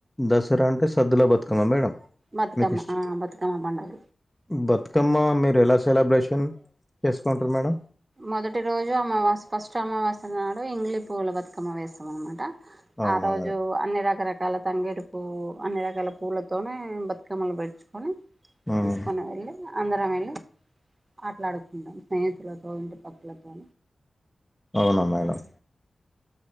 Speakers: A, in the centre; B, on the right (about 30°).
A: దసరా అంటే సద్దుల బతుకమ్మా మేడం
B: బతుకమ్మ
A: మీకు ఇష్ట
B: ఆ బతుకమ్మ పండుగ
A: బతుకమ్మ మీరెలా సె సెలబ్రేషన్ చేసుకుంటారు మేడం
B: మొదటి రోజు అమావాస్య ఫస్ట్ అమావాస్య నాడు ఇంగ్లి పూవుల బతుకమ్మ వేస్తాం అనమాట
A: అవునా
B: ఆ రోజు
A: మేడం
B: అన్ని రాక రాక రకాల తంగేడి పూ అన్ని రకాల పూలతోనే బతుకమ్మలు పెట్చుకొని
A: ఉమ్
B: తీసుకొని వెళ్ళి అందరం వెళ్ళి ఆటలాడుకుంటాం స్నేహితు కో ఇంటి పక్కలతో
A: అవునా మేడం